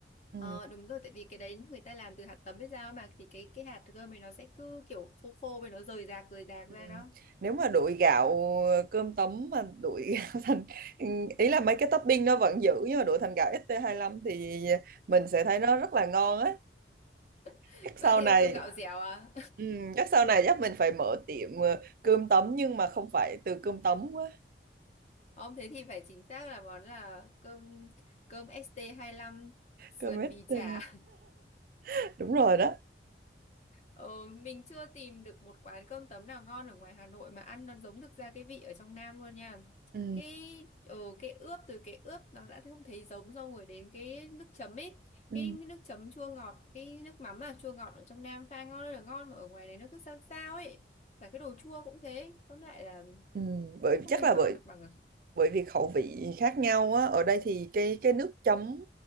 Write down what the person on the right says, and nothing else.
ừ.
Ừ.
Nếu mà đổi gạo ờ, cơm tấm mà đổi <laughs> gạo thành ý là mấy cái topping nó vẫn giữ nhưng mà đổi thành gạo st lăm thì mình sẽ thấy nó rất là ngon á
chắc sau
này
ừ, chắc sau này chắc mình phải mở tiệm ờ, cơm tấm nhưng mà không phải từ cơm tấm quá
cơm ST
<laughs> đúng rồi đó
ừ.
Ừ.
Ừ. bởi
chắc
là
bởi
bởi vì khẩu vị khác nhau á ở đây thì cái cái nước chấm